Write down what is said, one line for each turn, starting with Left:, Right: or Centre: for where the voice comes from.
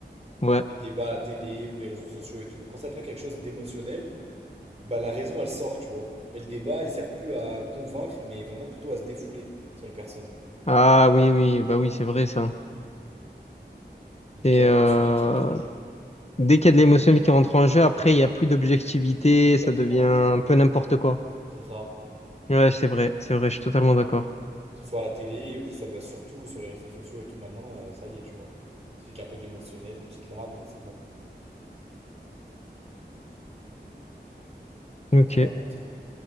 Left: ouais.
Right: les débats à la télé ou les réseaux sociaux et tout. Quand ça devient quelque chose d'émotionnel, bah la raison elle sort, tu vois. Et le débat, il sert plus à convaincre, mais vraiment plutôt à se défouler sur les personnes,
Left: Ah oui, oui, bah oui, c'est vrai ça.
Right: vu qu'il
Left: Et
Right: y a l'émotionnel
Left: euh,
Right: qui rentre en jeu.
Left: dès qu'il y a de l'émotionnel qui rentre en jeu, après il y a plus d'objectivité, ça
Right: Exactement.
Left: devient un peu n'importe quoi.
Right: C'est ça.
Left: Ouais, c'est vrai, c'est vrai, je suis totalement d'accord.
Right: Que ce soit à la télé ou que ce soit bah, surtout sur les réseaux sociaux et tout maintenant, euh, ça y est, tu vois. Ça fait qu'un peu d'émotionnel, des petites larmes et c'est bon. Est-ce
Left: Ok,
Right: que t'en as d'autres?